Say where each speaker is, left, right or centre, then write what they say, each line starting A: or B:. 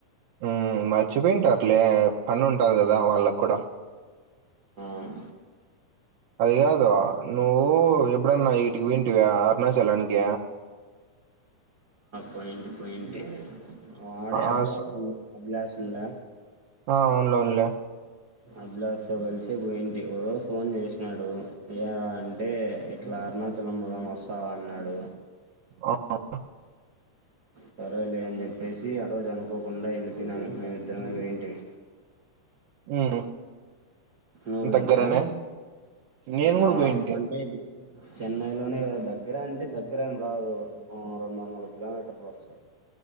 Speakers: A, on the right; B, on the right.
A: ఉం మర్చిపోయింటారులే పని ఉంటాది కదా వాళ్ళకు కూడా
B: ఉం
A: అది కాదు నువ్వు ఎప్పుడన్నా ఇటికి పోయిం టివ అరుణాచలానికి
B: పోయిట్ పోయిట్ ఆడ అబ్లా
A: ఆ స-
B: <unintelligible> అభిలాష్ ఇల్లా
A: ఆ, అవునులే అవునులే
B: అభిలాష్ తో కలిసి పోయింటి ఒక రోజు ఫోన్ చేసినాడు ఏరా అంటే ఇట్లా అరుణాచలం పోదాం వస్తావా అన్నాడు
A: ఆ <unintelligible>
B: సరేలే అని చెప్పేసి ఆ రోజు అనుకోకుండా వెళ్ళపోనాను మేమిద్దరం ఏంటివి
A: ఉమ్,
B: నువ్వు పోయింటివా
A: దగ్గరనే నేను కూడా
B: మా
A: పోయింటి
B: కంటే చెన్నైలోనే దగ్గర అంటే దగ్గరేం రాదు రెండు వందందల కిలోమీటర్ల వస్తు